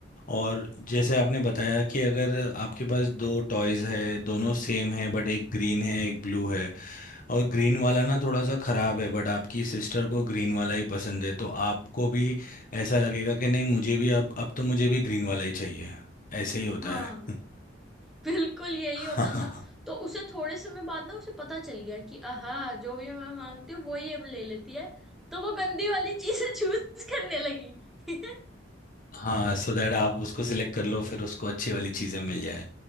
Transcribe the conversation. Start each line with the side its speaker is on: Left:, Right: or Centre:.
Left: और जैसे आपने बताया कि अगर आपके पास दो टॉयज है दोनों सेम है बट एक ग्रीन है एक ब्लू है और ग्रीन वाला ना थोड़ा सा खराब है बट आपकी सिस्टर को ग्रीन वाला ही पसंद है तो आपको भी ऐसा लगेगा कि नहीं मुझे भी अब अब तो मुझे भी ग्रीन वाला ही चाहिए ऐसे ही होता
Centre: हाँ
Left: है <laughs>
Centre: बिल्कुल यही
Left: हाँ
Centre: होता था तो उसे थोड़े समय बाद ना उसे पता चल गया कि आहा जो भी मैं मांगती हूँ वो ही अब ले लेती है तो वो गंदी वाली चीजें चूज करने लगी <laughs>
Left: हाँ सो दैट आप उसको सिलेक्ट कर लो फिर उसको अच्छी वाली चीज़ें मिल जाए